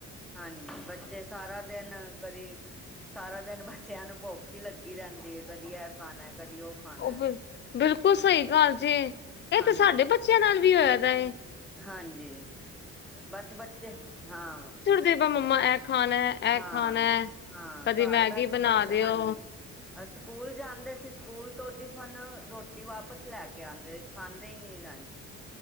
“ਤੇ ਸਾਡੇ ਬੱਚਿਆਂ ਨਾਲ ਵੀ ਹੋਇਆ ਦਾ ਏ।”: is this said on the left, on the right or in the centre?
Left